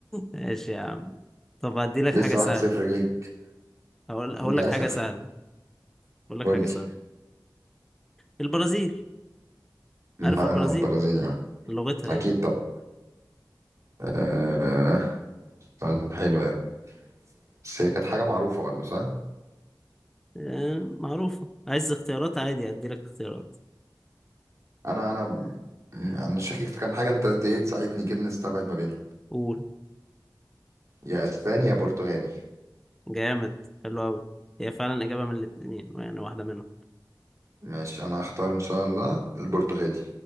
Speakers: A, in the centre; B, on the right.
A: ماشي يا عم طب هديلك
B: لسه
A: حاجة سهلة
B: واحد صفر ليك
A: هقول هقول
B: للاسف
A: لك حاجة سهلة هقول لك
B: قول
A: حاجة
B: لي
A: سهلة البرازيل
B: مالها
A: عارف البرازيل
B: البرازيل يا عم
A: لغتها
B: اكيد
A: ايه
B: طب آه سؤال حلو ده بس هي كانت حاجه معروفه برضه صح
A: آه، معروفة عايز اختيارات عادي أديلك اختيارات
B: انا انا انا شاكك في كام حاجه انت ايه تساعدني كده نستبعد ما بينهم
A: قول
B: يا اسبانيا يا برتغالي
A: جامد حلو أوي هي فعلا إجابة من الاتنين يعني واحدة منهم
B: ماشي انا هختار ان شاء الله البرتغالي